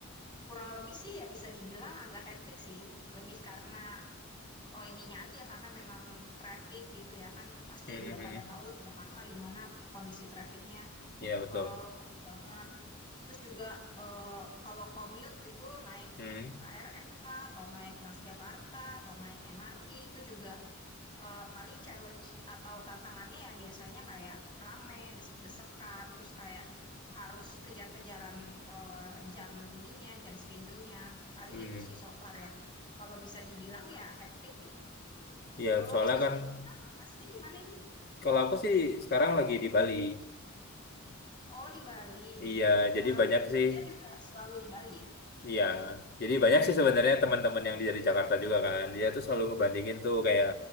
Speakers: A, on the left (about 20°); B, on the left (about 50°).
A: kurang lebih sih ya bisa dibilang agak hektik sih, lebih karena Oh ininya aja karena memang traffic gitu ya kan pasti
B: hmm,
A: udah
B: hmm. hmm.
A: pada tahu lah Jakarta gimana kondisi trafficnya
B: Iya, betul.
A: eh parah banget. Terus juga eh kalau commute gitu naik
B: Hmm.
A: KRL kah atau naik Transjakarta atau naik MRT itu juga eh, paling challenge atau tantangannya ya biasanya kayak rame, desek-desekan, terus kayak harus kejar-kejaran eh, jam ininya, jam schedule-nya. Paling
B: Hmm.
A: itu sih so far ya. Kalau bisa dibilang ya hektik gitu.
B: Iya,
A: Kalau
B: soalnya
A: Wisnu
B: kan
A: sendiri emang lokasinya di mana ini?
B: kalau aku sih sekarang lagi di Bali.
A: Oh, di Bali.
B: Iya, jadi
A: Pengalaman
B: banyak sih.
A: kerja juga selalu di Bali ya?
B: Iya, jadi banyak sih sebenarnya teman-teman yang di- dari Jakarta juga kan. Dia tuh selalu ngebandingin tuh kayak,